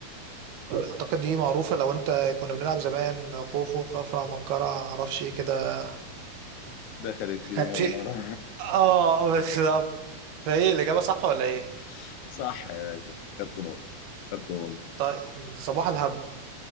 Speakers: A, on the right; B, on the left.
A: اعتقد دي معروفه لو انت كنا بنلعب زمان خوفو خفرع منقرع معرفش ايه كده
B: دخلت سيما
A: هتشي
B: ونرى
A: اه بالظبط فايه الاجابه صح ولا ايه
B: <laughs> صح يا باشا خدت نقطه خدت بونت
A: طيب صباح الهبد